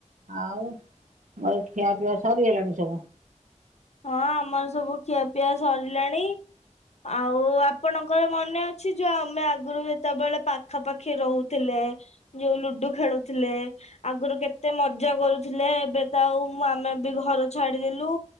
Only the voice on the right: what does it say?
ଆଉ <unintelligible> ଖିଆ ପିଆ ସରିଗଲାଣି ସବୁ?